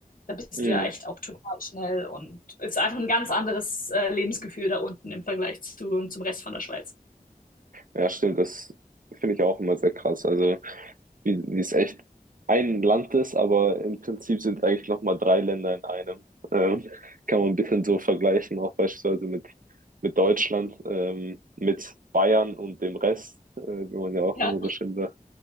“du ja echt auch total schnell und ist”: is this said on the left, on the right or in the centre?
Left